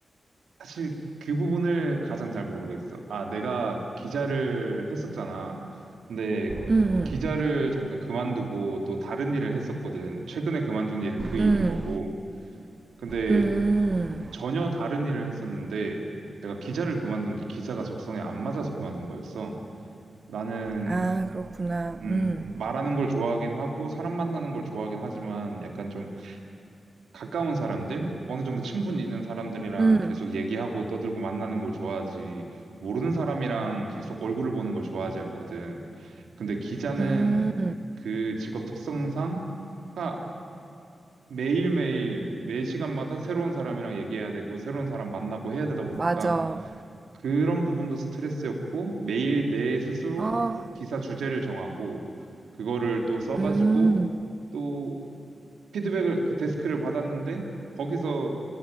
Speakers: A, on the right; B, on the right.
A: 사실 그 부분을 가장 잘 모르겠어. 아, 내가 기자를 했었잖아. 근데
B: 음,
A: 기자를 잠깐 그만두고 또 다른 일을 했었거든. 최근에 그만둔 일은 그 일인
B: 음,
A: 거고. 근데
B: 음.
A: 전혀 다른 일을 했었는데 내가 기자를 그만둔 게 기사가 적성에 안 맞아서 그만둔 거였어. 나는
B: 아, 그렇구나.
A: 음,
B: 음,
A: 말하는 걸 좋아하긴 하고 사람 만나는 걸 좋아하긴 하지만 약간 좀 가까운 사람들, 어느 정도 친분이 있는 사람들이랑
B: 음,
A: 계속 얘기하고 떠들고 만나는 걸 좋아하지, 모르는 사람이랑 계속 얼굴을 보는 걸 좋아하지 않거든. 근데 기자는
B: 음.
A: 그 직업 특성상 아, 매일매일, 매 시간마다 새로운 사람이랑 얘기해야 되고, 새로운 사람 만나고 해야 되다 보니까,
B: 맞아.
A: 그런 부분도 스트레스였고, 매일 내 스스로
B: 어,
A: 기사 주제를 정하고, 그거를 또 써가지고,
B: 음,
A: 또 피드백을, 그 데스크를 받았는데, 거기서